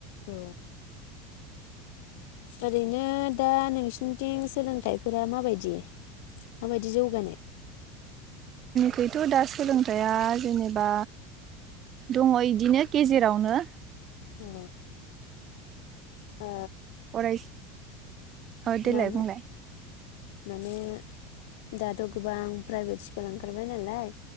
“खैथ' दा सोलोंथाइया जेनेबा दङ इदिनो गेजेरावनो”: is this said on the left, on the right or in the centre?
Right